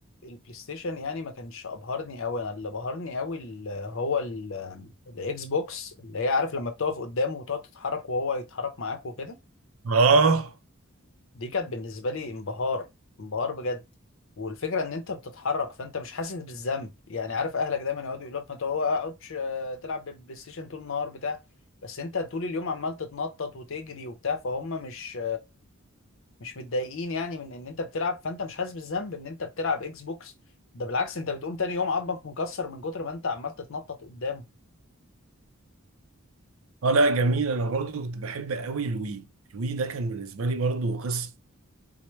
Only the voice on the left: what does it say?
البلاي ستيشن يعني ما كانش ابهرني قوي انا اللي بهرني قوي هو ال- الاكس بوكس اللي هي عارف لما بتقف قدامه وتقعد تتحرك وهو يتحرك معاك وكده
دي كانت بالنسبه لي انبهار انبهار بجد والفكره ان انت بتتحرك فانت مش حاسس بالذنب يعني عارف اهلك دايما يقعدوا يقولوا لك ما تقعدش آه، تلعب بالبلاي ستيشن طول النهار بتاع بس انت طول اليوم عمال تتنطط وتجري وبتاع فهم مش مش متضايقين يعني من ان انت بتلعب فانت مش حاسس بالذنب ان انت بتلعب اكس بوكس ده بالعكس انت بتقوم تاني يوم عضمك مكسر من كتر ما انت عمال تتنطط قدامه